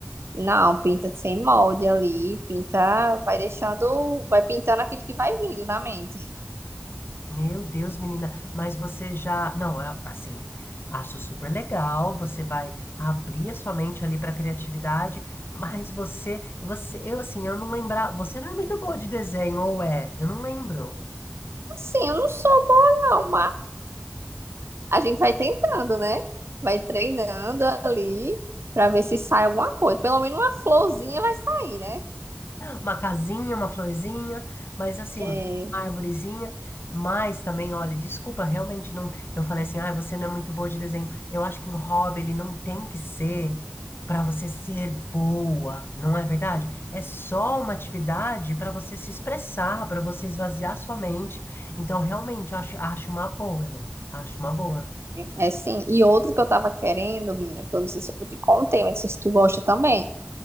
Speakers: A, on the right; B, on the left.
A: Não, pinta sem molde ali, pinta, vai deixando, vai pintando aquilo que vai vindo na mente.
B: Meu Deus, menina, mas você já. Não, é assim, acho super legal. Você vai abrir a sua mente ali para criatividade, mas você, você, eu assim, eu não lembrar. Você não é muito boa de desenho, ou é? Eu não lembro.
A: Assim, eu não sou boa não, A gente vai tentando, né? Vai treinando ali para ver se sai alguma coisa. Pelo menos uma florzinha vai sair, né?
B: Uma casinha, uma florzinha, mas assim,
A: É,
B: árvorezinha. Mas também, olha, desculpa, realmente não. Eu falei assim, ah, você não é muito boa de desenho. Eu acho que um hobby, ele não tem que ser para você ser boa, não é verdade? É só uma atividade para você se expressar, para você esvaziar sua mente. Então, realmente, eu acho, acho uma boa, Elô. Acho uma boa.
A: é, é sim. E outro que eu tava querendo, menina, que eu não sei se eu te contei, mas não sei se tu gosta também.